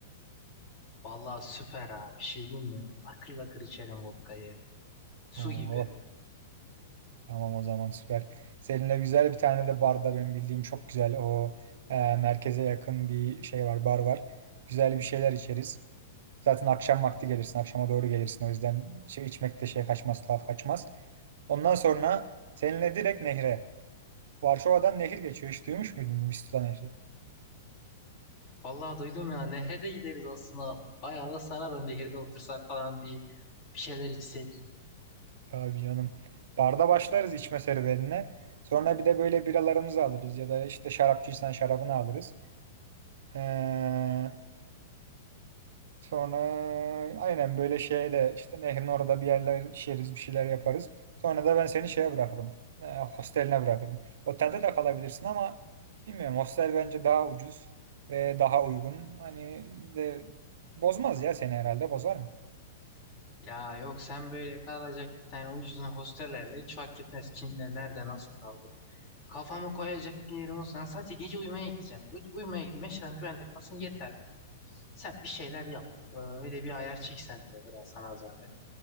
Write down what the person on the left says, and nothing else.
Vallahi süper abi. Bir şey diyeyim mi? Akır lakır içerim vodkayı. Su
gibi.
Vallahi duydum ya nehre de gideriz aslında. Bayağı da sarar o nehirde otursak falan bir bir şeyler içsek.
Ya yok sen böyle kalacak bir tane ucuzuna hostellerle hiç fark etmez kimle nerede nasıl kaldı. Kafamı koyacak bir yerim olsa sadece gece uyumaya gideceğim. Uy- uyumaya gideyim eşyalarım güvende kalsın yeterli. Sen bir şeyler yap. Ee, Öyle bir ayar çeksen bize biraz sana zahmet.